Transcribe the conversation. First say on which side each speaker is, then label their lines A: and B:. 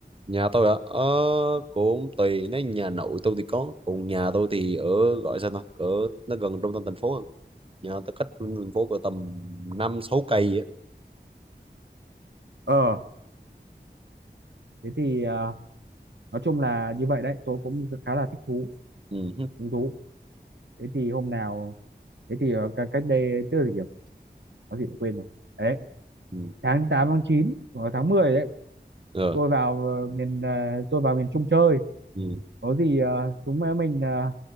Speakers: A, on the right; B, on the right.
A: nhà tôi ạ ờ, cũng tùy nếu nhà nội tôi thì có còn nhà tôi thì ở gọi sao ta ở nó gần trung tâm thành phố hơn nhà tôi cách trung tâm thành phố cỡ tầm năm sáu cây á
B: ờ thế thì ờ, nói chung là như vậy đấy tôi cũng khá là thích thú
A: ừ. hứ,
B: hứng thú thế thì hôm nào thế thì ờ, cách cách đây tức là gì nhỉ? có gì đã quên rồi đấy
A: ừ.
B: tháng tám tháng 9 hoặc là tháng 10 đấy
A: Ờ,
B: tôi vào ờ, miền ờ, tôi vào miền Trung chơi
A: ừ.
B: có gì ờ, chúng mình ờ,